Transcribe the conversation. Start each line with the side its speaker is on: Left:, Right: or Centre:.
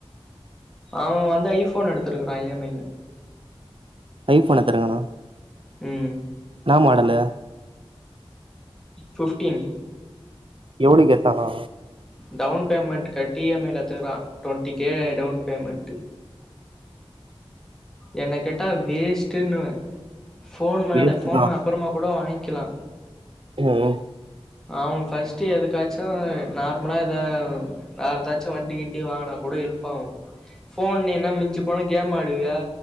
Centre: அவன் வந்து ஐபோன் எடுத்துருக்கறான் இஎம்ஐல
Right: ஐபோன் எத்தரங்கானா
Centre: உம்
Right: என்னா மாடலு
Centre: ஃபிப்டீன்
Right: எவனக்கு எடுத்தங்கோ
Centre: டவுன் பேமெண்ட கட்டி இஎம்ஐல எடுத்துக்கலாம் டவெண்ட்டி கே டவுன் பேமெண்ட் என்னைகேட்டாவேஸ்ட்ன்னுவே போன் மேல
Right: வேஸ்ட்டுதா
Centre: போன் அப்புறமா கூடவாங்கி கிலா
Right: ம்
Centre: அவன் பஃர்ஸ்ட் எதுக்காச்சு ம் நார்மலாக இத வேறுதாச்சும் வண்டி கிண்டி வாங்கினா கூட ஹெல்ப் ஆகும் ஃபோன் என்ன மிஞ்சி போனா கேம் ஆடுவியா